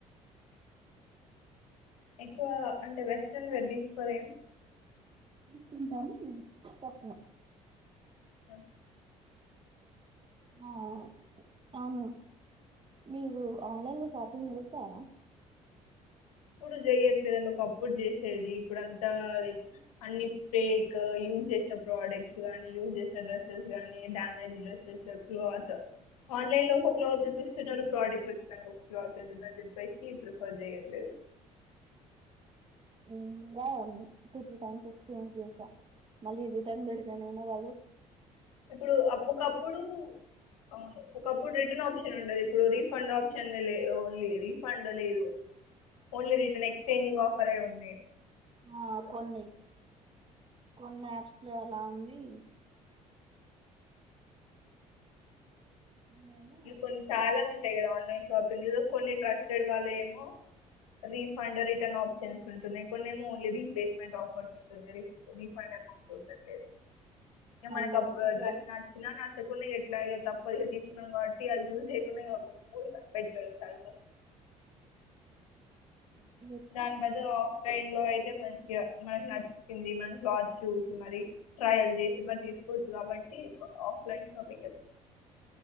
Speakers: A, on the left; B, on the right.
A: ఎక్కువ అంటే వెస్ట్రన్ తీసుకోలేగాని
B: ఈస్ట్ వీ గాని పట్నును
A: అ
B: ఆ అవును మీరు ఆన్లైన్ లో షాపింగ్ చేస్తారా
A: ఇప్పుడు చెయట్లేదుండి ఒక అప్పుడు చేసేది ఇప్పుడు అంతా లైక్ అన్ని ఫేక్ యూజ్ చేసిన ప్రోడక్ట్స్ గానీ యూజ్ చేసిన డ్రెస్సెస్ నీ డ్యామేజ్ డ్రెస్సెస్ క్లాత్ ఆన్లైన్ లో ఒక క్లాత్ చూపిస్తున్నారు ప్రోడక్ట్ వా క్లాత్ ఉంటుందని చెప్పేసి ప్రిఫర్ చేయట్లేదు
B: ఇంకా టు త్రి టైమ్స్ ఎక్స్చేంజి చేశాను మళ్ళీ రిటర్న్ బడతనే మల్
A: ఇప్పుడు అ ఒకప్పుడు అవును ఒకప్పుడు రిటర్న్ ఆప్షన్ ఉండది ఇప్పుడు రీఫండ్ ఆప్షన్ లే ఓన్లీ రిఫండ్ లేదు ఓన్లీ రిటర్న్ ఎక్స్చేంజింగ్ ఆప్న్ పరెవుంది
B: ఆ కొన్ని కొన్ని యాప్స్ లో అలా ఉంది కొన్నేమో
A: ఇ కొన్ని చాలా ఉంటాయి కదా ఆన్లైన్ షాపింగ్ ఏదో కొన్ని ట్రస్టెడ్ వాళ్ళ ఏమో రీఫండ్ రిటర్న్ ఆప్షన్స్ ఉంటుయి కొ ఏమో ఓన్లీ రీప్లేస్మెంట్ ఆఫర్స్ ఉంటుంది రీఫండ్ అమౌంట్ ఉండట్లేదు ఇక
B: అవునవును
A: మనకి
B: ఇగ
A: డ్రెస్ నచ్చినా నా తకుడా ఎట్లా తప్పు ఇ తీసుకున్నాం కాబట్టి త జూకు పో ప పెట్రోల్ చల్
B: ఉ
A: దాని బదులు ఆఫ్లైన్ లో అయితే మంచిగా మనకు నచ్చ మనం క్లాత్ చూసి మరి ట్రయల్ చేసి మరి తీసుకోవచ్చు కాబట్టి ఆఫ్లైన్ షాపి